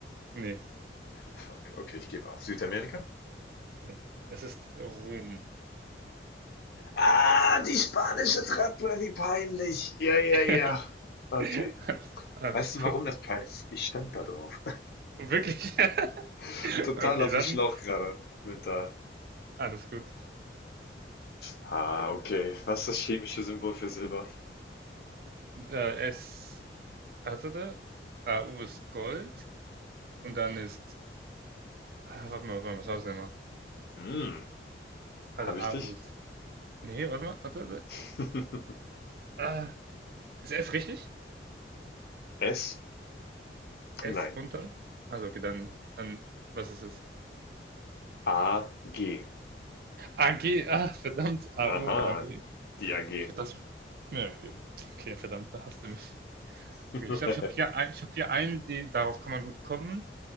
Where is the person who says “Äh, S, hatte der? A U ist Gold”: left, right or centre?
Right